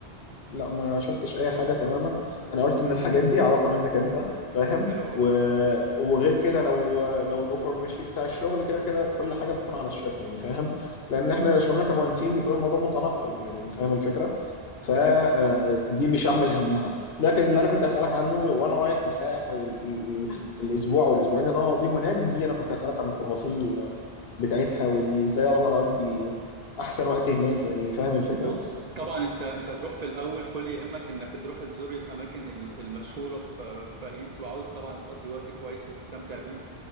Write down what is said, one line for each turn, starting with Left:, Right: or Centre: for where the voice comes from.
Left: لا ما شفتش اي حاجه تماما انا قلت ان الحاجات دي اعرفها منك انت فاهم
Right: حلو قوي
Left: و... وغير كده لو لو الاوفر ماشي بتاع الشغل كده كده كل حاجه بتكون على الشركه يعني فاهم لان احنا شغلنا كمهندسين بيكون الموضوع متنقل يعني فاهم الفكره فدي
Right: فهمتك اه
Left: مش هعمل همها لكن اللي انا كنت اسالك عنه وانا رايح كسائح او ال... ال... الاسبوع او الاسبوعين اللي انا هقضيه هناك دي انا كنت اسالك عن التفاصيل بتاعتها واني ازاي اقدر اقضي احسن وقت هناك يعني فاهم الفكره
Right: بص طبعا انت انت هتروح في الاول كل يهمك انك تروح تزور الاماكن ال- المشهوره في في باريس وعاوز طبعا تقضي وقت كويس وتستمتع بيه